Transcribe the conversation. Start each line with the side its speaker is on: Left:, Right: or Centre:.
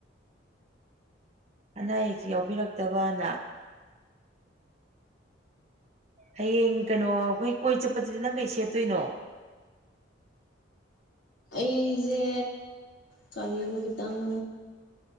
Right: ꯑꯅꯥ ꯑꯌꯦꯛꯁ ꯌꯥꯎꯕꯤꯔꯛꯇꯕꯅ ꯍꯌꯦꯡ ꯀꯩꯅꯣ ꯑꯩꯈꯣꯏ ꯀꯣꯏ ꯆꯠꯄꯗꯨꯗꯤ ꯅꯪ ꯀꯩ ꯁꯦꯠꯇꯣꯏꯅꯣ <unintelligible>
Left: ꯑꯩꯖꯦ ꯀꯥꯔꯤꯅꯣ ꯈꯤꯇꯪ